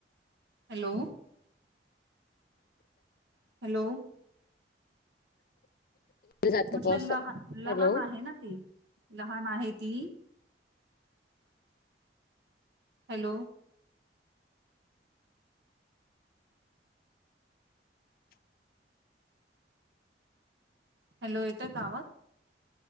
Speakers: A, on the right (about 70°); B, on the left (about 55°).
A: हॅलो.. हॅलो
B: जात
A: म्हटलं
B: ब असं
A: लहान लहान
B: हॅलो
A: आहे ना ती लहान आहे. ती हॅलो हॅलो येतोय का? आवा